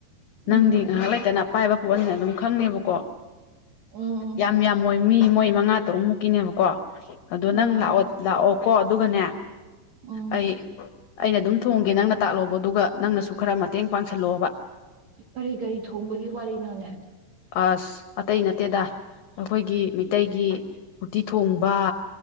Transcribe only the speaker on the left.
ꯅꯪꯗꯤ ꯉꯥꯏꯍꯥꯛ ꯂꯩꯇꯅ ꯄꯥꯏꯕ ꯑꯣꯏꯅ ꯑꯗꯨꯝ ꯈꯪꯉꯦꯕꯀꯣ
ꯌꯥꯝ ꯌꯥꯝꯣꯏ ꯃꯤ ꯃꯣꯏ ꯃꯉꯥ ꯇꯔꯨꯛ ꯃꯨꯛꯀꯤꯅꯦꯕꯀꯣ ꯑꯗꯣ
ꯅꯪ ꯂꯥꯛꯑꯣ ꯂꯥꯛꯑꯣ ꯀꯣ ꯑꯗꯨꯒꯅꯦ
ꯑꯩ ꯑꯩꯅ ꯑꯗꯨꯝ ꯊꯣꯡꯒꯦ ꯅꯪꯅ ꯇꯥꯛꯂꯣꯕ ꯑꯗꯨꯒ ꯅꯪꯅꯁꯨ ꯈꯔ ꯃꯇꯦꯡ ꯄꯥꯡꯁꯜꯂꯣꯕ
ꯑꯁ ꯑꯇꯩ ꯅꯠꯇꯦꯗ ꯑꯩꯈꯣꯏꯒꯤ ꯃꯤꯇꯩꯩꯒꯤ ꯎꯇꯤ ꯊꯣꯡꯕ